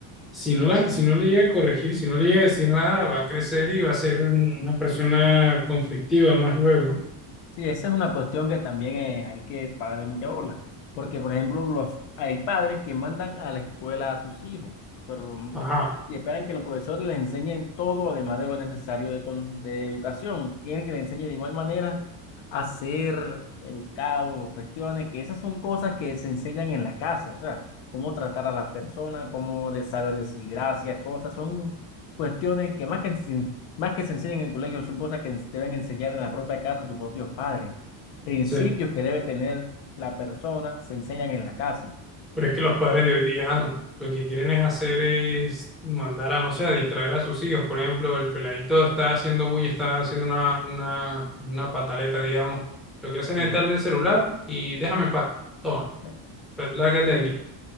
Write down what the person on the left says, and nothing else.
Sí, esa es una cuestión que también eh, hay que parar de mucha bola, porque por ejemplo los, hay padres que mandan a la escuela a sus hijos, pero lo-
y esperan que los profesores les enseñen todo, además de lo necesario de, con- de educación. Quieren que les enseñe de igual manera a ser educados o cuestiones, que esas son cosas que se enseñan en la casa, o sea, cómo tratar a las personas, cómo de saber decir gracias, cosas, son cuestiones que más que se más que se enseñan en el colegio, son cosas que ens- deben enseñar en la propia casa a sus propios padres. Principios
que debe tener la persona se enseñan en la casa.
Sí,
eh,
sí,